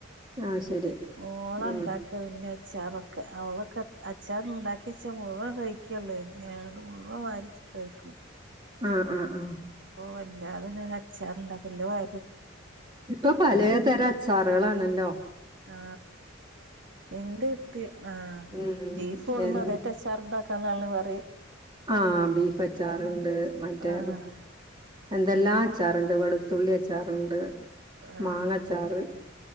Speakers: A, on the right (about 25°); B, on the right (about 65°).
A: ആ ശരി
B: ഓള
A: ഉം
B: ഉണ്ടാക്ക ഇന്നെ അച്ചാറൊക്കെ അവളൊക്കെ അച്ചാറിണ്ടാക്കി വെച്ചാൽ മുഴുവൻ കഴിക്കുള്ളേ ഞട് മുഴുവൻ വാരി കഴിക്കും
A: ആഹ ആഹ ആഹ
B: അപ്പൊ വല്ലാതെന്നൻ അച്ചാറണ്ടാക്കല്ല വ
A: ഇപ്പൊ പലതരം അച്ചാറുകളണല്ലോ
B: ആ എന്ത് ആ
A: ഉം
B: ബീഫ് കൊടുന്ന
A: എൻ
B: അത റ്റ അച്ചാറണ്ടാക്ക കല്ലുവറി
A: ആ ബീഫ് അച്ചാറുണ്ട് മറ്റേ
B: ആഹ്
A: എന്തെല്ലാ അച്ചാറുണ്ട് വെളുത്തുള്ളി അച്ചാറുണ്ട്
B: ആഹ്
A: മാങ്ങച്ചാറ്